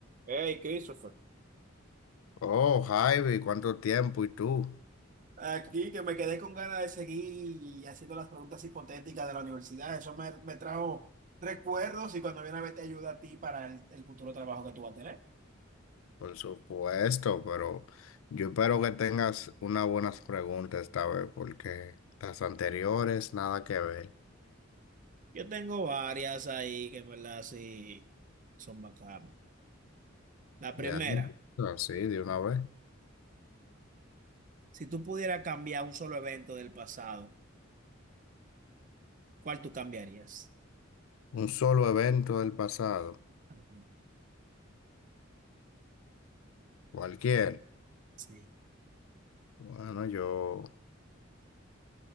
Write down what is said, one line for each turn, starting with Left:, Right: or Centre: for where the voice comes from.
Right: Hey, Christopher.
Left: Oh, Javi, ¿cuánto tiempo? ¿Y tú?
Right: Aquí que me quedé con ganas de seguir haciendo las preguntas hipotéticas de la universidad. Eso me, me trajo recuerdos y cuando viene a ver te ayuda a ti para el, el futuro trabajo que tú vas a tener.
Left: Por supuesto, pero yo espero que tengas unas buenas preguntas esta vez, porque las anteriores nada que ver.
Right: Yo tengo varias ahí que en verdad sí son bacanas. La primera,
Left: De ahí, así, de una vez.
Right: si tú pudieras cambiar un solo evento del pasado, ¿cuál tú cambiarías?
Left: Un solo evento del pasado,
Right: Ajá,
Left: cualquier.
Right: Sí.
Left: Bueno, yo,